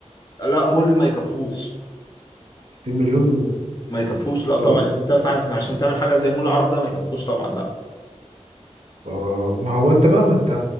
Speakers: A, on the left; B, on the right.
A: لا مول ما يكفوش
B: 60 مليون
A: ما يكفوش لا طبعا
B: دولار
A: يعني انت عشان عشان تعمل حاجه زي مول العرب ده ما يكفوش طبعا لا
B: آه ما هو انت بقى ما انت